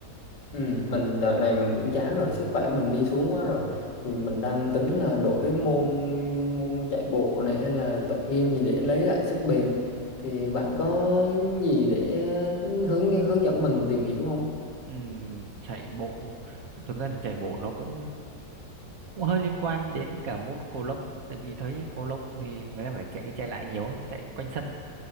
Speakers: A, on the left; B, on the right.
A: Ừ, mình đợt này mình cũng chán rồi, sức khỏe mình đi xuống quá rồi. Thì mình đang tính là đổi môn như môn chạy bộ này hay là tập gym gì để lấy lại sức bền. Thì bạn có gì để hướng hướng dẫn mình tìm hiểu không?
B: Ừm, chạy bộ. Thực ra thì chạy bộ nó cũng cũng hơi liên quan đến cả môn cầu lông. Tại vì thấy cầu lông thì người ta phải chạy đi chạy lại nhiều, ấy, chạy quanh sân.